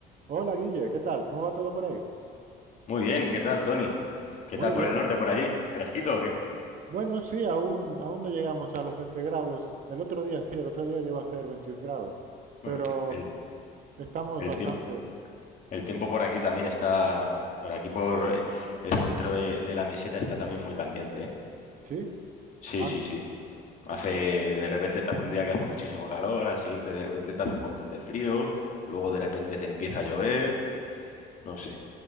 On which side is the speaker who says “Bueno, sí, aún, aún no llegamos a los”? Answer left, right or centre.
Right